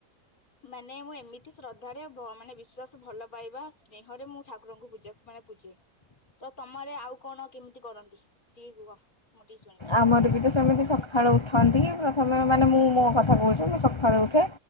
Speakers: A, on the left (about 90°); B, on the left (about 40°).
A: ମାନେ ମୁଁ ଏମିତି ଶ୍ରଦ୍ଧାରେ ମାନେ ବିଶ୍ୱାସ ଭଲ ପାଇବାରେ ସ୍ନେହରେ ମୁଁ ଠାକୁରଙ୍କୁ ମାନେ ପୂଜେ ତ ତମରେ ଆଡ଼େ ଆଉ କଣ କେମିତି କରନ୍ତି ଟିକେ କୁହ। ମୁଁ ଟିକେ ଶୁଣିବି।
B: ଆମର ବି ତ ସେମିତି ସକାଳୁ ଉଠୁ ଉଠନ୍ତି ତମେ ମାନେ ମୁଁ ମୋ କଥା କହୁଛି। ସକାଳୁ ଉଠେ